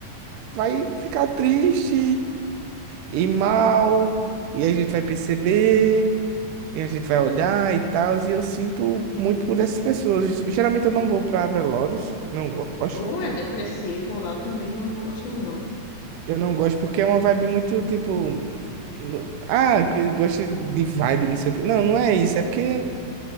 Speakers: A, on the right; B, on the left.
A: vai ficar triste e mal, e a gente vai perceber. E a gente vai olhar e tal, e eu sinto muito por essas pessoas. Geralmente eu não vou pra velórios, não gosto.
B: Ou é depressivo, ou lá eu também não gosto, não.
A: Eu não gosto porque é uma vibe muito tipo. n- Ah, que gosto de vibe, não sei o quê. Não, não é isso. É porque